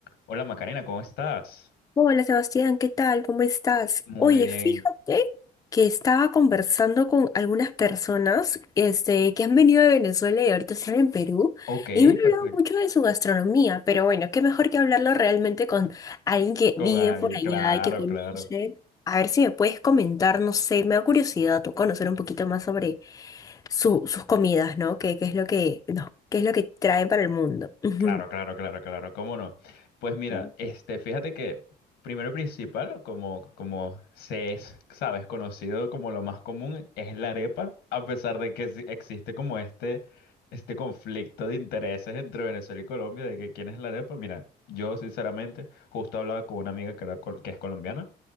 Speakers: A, on the left; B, on the left.
A: Hola Macarena, ¿cómo estás?
B: Hola Sebastián, ¿qué tal? ¿Cómo estás?
A: Muy
B: Oye,
A: bien.
B: fíjate que estaba conversando con algunas personas este, que han venido de Venezuela y ahorita están en Perú
A: Ok,
B: y me han hablado
A: perfecto.
B: mucho de su gastronomía, pero bueno, qué mejor que hablarlo realmente con alguien que
A: Con
B: vive
A: alguien,
B: por allá
A: claro,
B: y que conoce.
A: claro.
B: A ver si me puedes comentar, no sé, me da curiosidad tú conocer un poquito más sobre su- sus comidas, ¿no? ¿Qué, qué es lo que, no, qué es lo que traen para el mundo? <laughs>
A: Claro, claro, claro, claro. ¿Cómo no? Pues mira,
B: Ujú.
A: este, fíjate que primero y principal, como, como se es, sabes, conocido como lo más común, es la arepa, a pesar de que sí existe como este, este conflicto de intereses entre Venezuela y Colombia, de que quién es la arepa. Mira, yo sinceramente justo hablaba con una amiga que, era col- que es colombiana.